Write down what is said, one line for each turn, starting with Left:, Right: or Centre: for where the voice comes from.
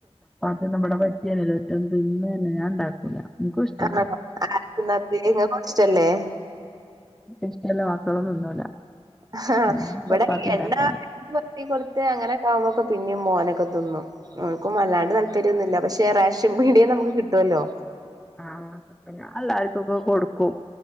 Centre: മ് മ്മളെ പറ്റിയല്ലോ ഒറ്റ തിന്നന്നെ ഞാ ണ്ടാക്കൂല ഇനിക്കുഷ്ടല്ല
Right: ആണോ ആർക്കും ഇഷ്ടല്ലേ
Centre: ഇഷ്ടല്ല മക്കളും തിന്നൂല
Right: ആഹ്
Centre: ഞാൻ ചപ്പാത്തി
Right: വടേ എണ്ണ
Centre: ഉണ്ടാക്കലാ
Right: പേര്ട്ടി കൊടുത്ത് അങ്ങനെക്ക ആകുമ്പോക്കെ പിന്നെയും മോനൊക്കെ തിന്നും ഓൽക്കും വല്ലാണ്ട് തല്പര്യന്നുല്ല പക്ഷേ റേഷൻ പീടിയെന്ന് അമ്മക്ക് കിട്ടൊല്ലോ
Centre: ആഹ് ആക്കൊത്തന്നെ അല്ലാർക്കൊക്കെ കൊടുക്കും